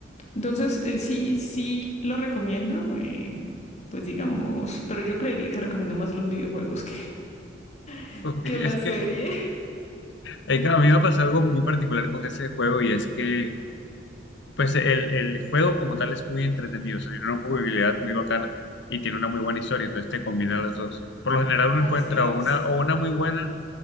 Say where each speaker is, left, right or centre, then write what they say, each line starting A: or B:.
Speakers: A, on the left; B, on the left.
A: Entonces, eh, sí, sí lo recomiendo, eh, pues digamos, pero yo creería que recomiendo más los videojuegos que, <laughs>
B: Ok,
A: que
B: Es
A: la serie.
B: que eh, claro, a mí me pasó algo muy particular con ese juego y es que Pues el, el juego como tal es muy entretenido, o sea, tiene una jugabilidad muy bacana y tiene una muy buena historia, entonces te combina las dos. Por lo general uno
A: Así
B: encuentra o
A: es.
B: una, o una muy buena,